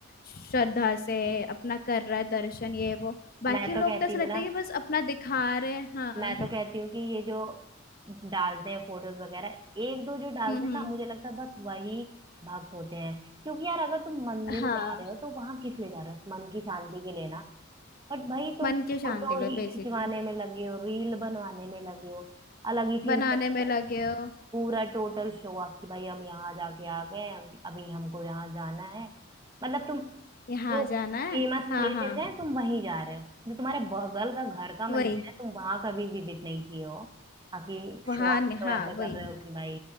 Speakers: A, on the left; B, on the right.
A: श्रद्धा से अपना कर रहा है दर्शन ये वो बाकी
B: मैं तो
A: लोग
B: कहती
A: तो ऐसा
B: हूँ
A: लगता
B: ना
A: है कि बस अपना दिखा रहे हैं हाँ
B: मैं तो कहती हूँ कि ये जो डालते हैं फोटोज वगैरह एक दो जो डालते
A: हम्म
B: हैं
A: हम्म
B: ना मुझे लगता है बस वही भक्त होते हैं क्योंकि यार अगर तुम मंदिर
A: हाँ
B: जा रहे हो तो वहां किस लिए जा रहे हो मन की शांति के लिए ना बट भाई तुम
A: मन की शांति
B: फोटो
A: लो
B: ही
A: बेसिकली
B: खिंचवाने में लगे हो रील बनवाने में लगे हो अलग ही सीन
A: बनाने
B: चल रहा
A: में लगे
B: है
A: हो
B: पूरा टोटल शो ऑफ कि भाई हम यहाँ जाके आ गए अभी अभी हमको यहाँ जाना है मतलब तुम
A: यहाँ
B: जो
A: जाना
B: फेमस
A: है हाँ
B: प्लेसेस
A: हाँ
B: हैं तुम वहीं जा रहे हो जो तुम्हारे बगल का घर का मंदिर
A: वही
B: है तुम वहां कभी विजिट नहीं किए हो बाकी
A: वहाँ
B: शो ऑफ तो
A: हाँ
B: ऐसे कर
A: वही
B: रहे हो कि भाई